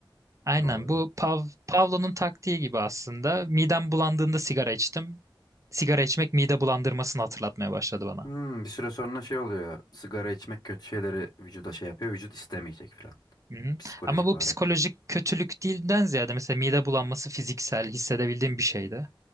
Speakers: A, on the right (about 40°); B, on the left (about 50°).
A: Aynen
B: Doğru.
A: bu Pav Pavlo'nun taktiği gibi aslında. Midem bulandığında sigara içtim. Sigara içmek mide bulandırmasını hatırlatmaya başladı bana.
B: Hmm, bir süre sonra şey oluyor. Sigara içmek kötü şeyleri vücuda şey yapıyor. Vücut istemeyecek filan.
A: Hı-hı.
B: Psikolojik
A: Ama bu
B: olarak.
A: psikolojik kötülük değilden ziyade mesela mide bulanması fiziksel hissedebildiğim bir şeydi.